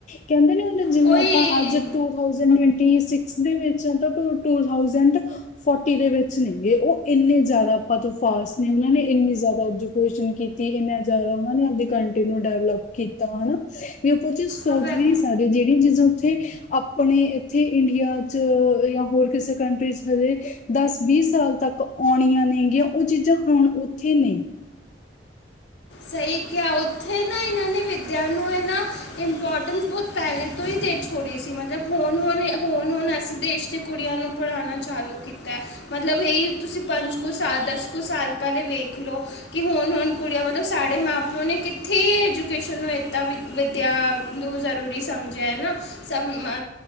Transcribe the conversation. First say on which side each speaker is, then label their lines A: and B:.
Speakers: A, on the left; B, on the left.
A: ਕੈਂਦੇ ਨੀ ਹੁੰਦੇ ਜਿਵੇਂ
B: ਉਹੀ
A: ਆਪਾਂ ਅੱਜ ਤੋਂ ਥਾਂਉਜਿਟ ਟਵਾਟੀ ਛੇਕਸ ਦੇ ਵਿੱਚ ਤਾਂ ਟੂ-ਟੂ ਥਾਂਉਜਿਟ ਫੌਟੀ ਦੇ ਵਿੱਚ ਨੇ ਗੇ ਓ ਏਨੇ ਜਾਦਾ ਆਪਾਂ ਤੋਂ ਫਾਸਟ ਨੇ ਓਨਾਂ ਨੇ ਏਨੀ ਜਾਦਾ ਐਜੂਕੇਸ਼ਨ ਕੀਤੀ ਜੇ ਏਨਾ ਜਾਦਾ ਓਨਾਂ ਨੇ ਆਪਦੀ ਕੰਟਰੀ ਨੂੰ ਡਿਵਲਪ ਕੀਤਾ ਹਨਾ ਵੀ ਆਪਾਂ ਕੁਝ ਸੋਚ
B: ਹਵਾ ਹੈ।
A: ਵੀ ਨੀ ਸਕ ਕਦੇ ਦੇ ੜੀ ਚੀਜ਼ ਉੱਥੇ ਆਪਣੇ ਏਥੇ ਇੰਡੀਆ ਚ ਜਾਂ ਹੋਰ ਕਿਸੇ ਕੰਟਰੀ ਚ ਹਜੇ ਦਸ ਵੀਹ ਸਾਲ ਤੱਕ ਆਉਣੀਆਂ ਨੇਗੀਆਂ ਉਹ ਚੀਜ਼ਾਂ ਹੁਣ ਉੱਥੇ ਨੇ
B: ਸਹੀ ਕਿਹਾ ਉੱਥੇ ਨਾ ਇਹਨਾਂ ਨੇ ਵਿਦਿਆ ਨੂੰ ਇਹਨਾਂ ਇਮਪੋਰਟੈਂਸ ਬਹੁਤ ਪਹਿਲੇ ਤੋਂ ਹੀ ਦੇ ਛੋੜੇ ਸੀ ਮੈਂ ਕਿਹਾ ਹੁਣ, ਹੁਣ, ਹੁਣ, ਹੁਣ, ਅਸੀਂ ਦੇਸ਼ ਦੇ ਕੁੜੀਆਂ ਨੂੰ ਪੜਾਣਾ ਚਾਲੂ ਕੀਤਾ ਮਤਲਬ ਇਹੀ ਤੁਸੀਂ ਪੰਜ ਕੁ ਸਾਲ ਦਸ ਕੁ ਸਾਲ ਪਹਿਲੇ ਵੇਖ ਲਓ। ਕਿ ਹੁਣ-ਹੁਣ ਕੁੜੀਆਂ ਮਤਲਬ ਸਾਡੇ ਮਾਂ ਪਿਓ ਨੇ ਕਿੱਥੇ ਐਜੂਕੇਸ਼ਨ ਇੱਦਾਂ ਵਿਦਿਆ ਨੂੰ ਜ਼ਰੂਰੀ ਸਮਝਿਆ ਐ ਨਾ ਸਭ ਆ